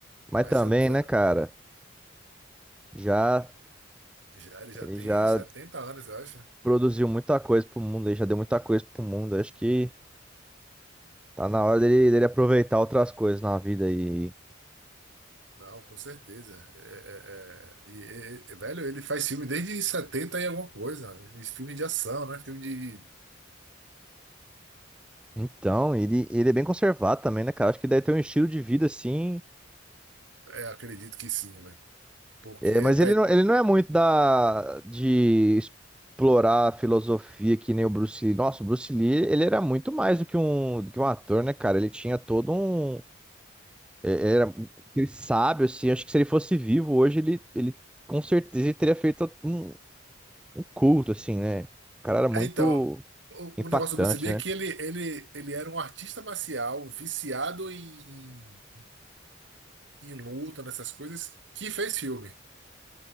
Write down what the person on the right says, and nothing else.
Mas
eu, é,
já, ele já
tem
70 anos, eu acho.
Não, com certeza. É, é, é. E, e- e, velho, ele faz filme desde 70 e alguma coisa. E Filme de ação, né? Filme de.
é, acredito que sim, né? Porque.
É,
É, então, o,
o negócio do Bruce Lee
é que ele, ele, ele era um artista marcial viciado em, em, em luta, nessas coisas, que fez filme.